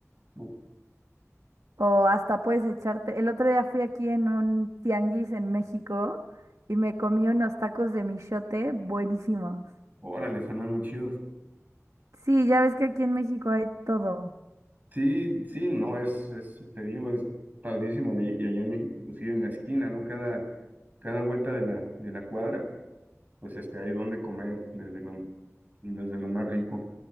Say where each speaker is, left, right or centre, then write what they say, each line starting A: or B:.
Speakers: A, on the right; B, on the right.
A: Uh,
B: o hasta puedes echarte... El otro día fui aquí en un tianguis en México y me comí unos tacos de michote buenísimos.
A: Órale, suenan muy chidos.
B: Sí, ya ves que aquí en México hay todo.
A: Sí, sí, no, es, es, te digo, es padrísimo. Y, y allá en México, pues sí, en la esquina, ¿no? Cada, cada vuelta de la, de la cuadra pues este, hay donde comer desde lo, desde lo más rico.